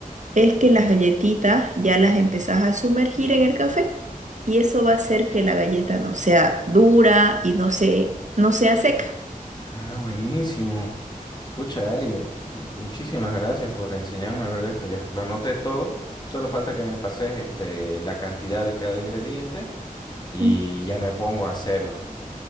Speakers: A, on the right; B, on the left.
A: es que las galletitas ya las empezás a sumergir en el café y eso va a hacer que la galleta no sea dura y no se, no sea seca.
B: Ah, buenísimo. Pucha, Ali, muchísimas gracias por enseñarme a ver esto. Ya lo anoté todo. Solo falta que me pases este, la cantidad de cada ingrediente y
A: Mm.
B: ya me pongo a hacerlo.